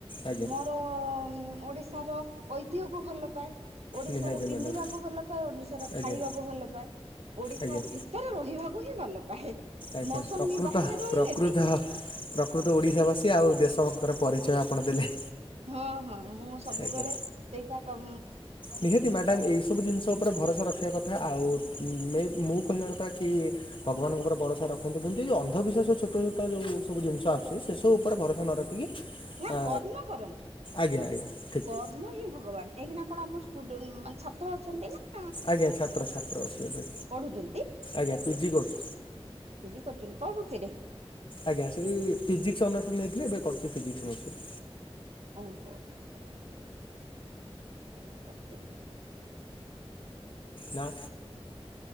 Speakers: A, on the left; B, on the right.
A: ଆଜ୍ଞା
B: ମୋର ଓଡିଶାର ଐତିହ୍ୟକୁ ଭଲ ପାଏ ଓଡିଶାର
A: ନିହାତି ମ୍ୟାଡ଼ାମ୍
B: ପିନ୍ଧିବା ମୁଁ ଭଲ ପାଏ ଓଡିଶାର ଖାଇବାକୁ
A: ଆଜ୍ଞା
B: ଭଲ ପାାଏ ଓଡିଶା
A: ଆଜ୍ଞା
B: ଭିତରେ ରହିବାକୁ ହିଁ ଭଲ ପାଏ।
A: ଆଜ୍ଞା
B: ମୋ ସ୍ୱାମୀ
A: ପ୍ରକୃତ
B: ବାହାରେ ରହିଲେ
A: ପ୍ରକୃତ
B: ବି
A: ପ୍ରକୃତ ଓଡିଶାବାସୀ ଆଉ ଦେଶ ଭକ୍ତର ପରିଚୟ ଆପଣ ଦେଲେ।
B: ହଁ ହଁ ମୁଁ ସବୁବେଳେ
A: ଆଜ୍ଞା
B: ସେଇଟା ଏକା
A: ନିହାତି ମ୍ୟାଡାମ ଏଇ ସବୁ ଜିନିଷ ଉପରେ ଭରସା ରଖିବା କଥା ଆଉ ମୁଁ କହିବା କଥା କି ଭଗବାନଙ୍କ ଉପରେ ଭରସା ରଖୁନ୍ତୁ କିନ୍ତୁ ଏ ଅନ୍ଧବିଶ୍ୱାସ ଛୋଟ ଛୋଟ ଯୋଉ ସବୁ ଜିନିଷ ଆସୁଚି ସେସବୁ ଉପରେ ଭରସ ନ ରଖି
B: ନା
A: ଅ
B: କର୍ମ କରନ୍ତୁ
A: ଆଜ୍ଞା ଆଜ୍ଞା ଠିକ୍
B: କର୍ମ ହିଁ ଭଗବାନ୍ ଏହିନା କଣ ଆପଣ ସ୍ଟୁଡେଣ୍ଟ ମାନେ ଛାତ୍ର ଅଛନ୍ତି ନା।
A: ଆଜ୍ଞା ଛାତ୍ର ଛାତ୍ର ଅଛି ଏବେ
B: ପଢୁଛନ୍ତି
A: ଆଜ୍ଞା ପିଜି କରୁଛି,
B: ଫିଜି କରୁଛନ୍ତି କରୁଥିବେ?
A: ଆଜ୍ଞା ସେଇ ଫିଜିକ୍ସ ଅନର୍ସରେ ନେଇଥିଲେ ଏବେ କରୁଛି ଫିଜିକ୍ସ ଅନର୍ସରେ
B: ଓହୋ ହଉ ହଉ ଭଲ କରିଛନ୍ତି।
A: ନା